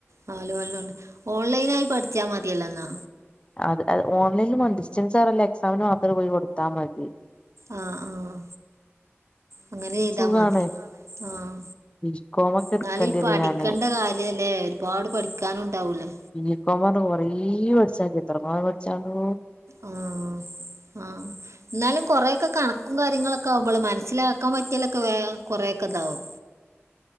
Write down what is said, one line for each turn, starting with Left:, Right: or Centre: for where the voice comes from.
Right: നാല് കൊല്ലണ്ട് ഓൺലൈനായി പഠിച്ചാ മതിയല്ലോന്നാ
Left: അത് ഓൺലൈനിലും മാണം ഡിസ്റ്റൻസാരല്ല എക്സാമിന് മാത്രം പോയി കൊടുത്താ മതി
Right: ആഹ് ആഹ് അങ്ങനെ ചെയ്താ
Left: സുഖാണ്
Right: മതി ആഹ്
Left: ബികോമൊക്കെ എടുക്കേണ്ടിയത്
Right: ന്നാലീ പഠിക്കണ്ട
Left: ഞാന്
Right: കാര്യല്ലേ ഒരുപാട് പഠിക്കാനും ഉണ്ടാവൂലേ
Left: ബീഫാ <unintelligible> കൊറേ പഠിച്ചാണ്ട് എത്രങ്ങാനും പട്ച്ചാണ്ടോ
Right: ആഹ് ആഹ് ന്നാലും കൊറേക്കെ കണക്കും കാര്യങ്ങളൊക്കാകുമ്പോളേ മനസ്സിലാക്കാൻ പറ്റിയാലൊക്കെ വേം കൊറേയൊക്കെതാവും